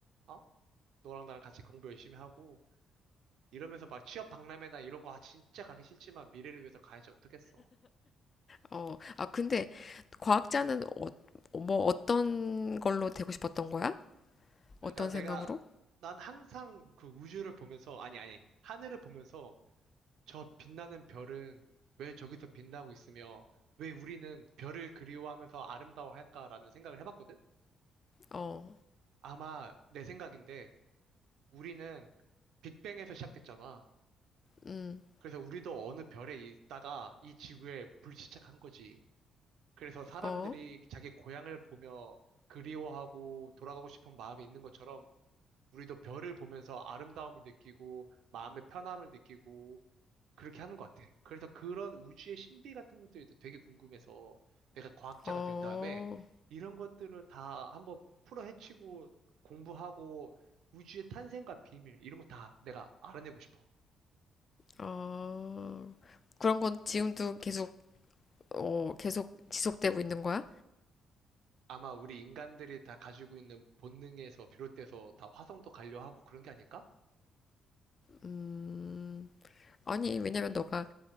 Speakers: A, on the right; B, on the left.
A: 어? 너랑 나랑 같이 공부 열심히 하고, 이러면서 막 취업 박람회나 이런 거 아, 진짜 가기 싫지만 미래를 위해서 가야지 어떡했어.
B: 어, 아, 근데 과학자는 어, 뭐 어떤 걸로 되고 싶었던 거야?
A: 그러니까
B: 어떤
A: 내가,
B: 생각으로?
A: 난 항상 그 우주를 보면서, 아니, 아니, 하늘을 보면서, 저 빛나는 별은 왜 저기서 빛나고 있으며, 왜 우리는 별을 그리워하면서 아름다워할까라는 생각을 해봤거든?
B: 어,
A: 아마 내 생각인데 우리는 빅뱅에서 시작됐잖아.
B: 음,
A: 그래서 우리도 어느 별에 있다가 이 지구에 불시착한 거지. 그래서 사람들이
B: 어,
A: 자기 고향을 보며 그리워하고 돌아가고 싶은 마음이 있는 것처럼 우리도 별을 보면서 아름다움을 느끼고 마음의 편함을 느끼고 그렇게 하는 것 같아. 그래서 그런 우주의 신비 같은 것들도 되게 궁금해서 내가 과학자가
B: 어,
A: 된 다음에 이런 것들을 다 한번 풀어헤치고 공부하고 우주의 탄생과 비밀 이런 거 다 내가 알아내고 싶어.
B: 어. 그런 건 지금도 계속, 어, 계속 지속되고 있는 거야?
A: 아마 우리 인간들이 다 가지고 있는 본능에서 비롯돼서 다 화성도 가려 하고 그런 게 아닐까?
B: 음, 아니, 왜냐면 너가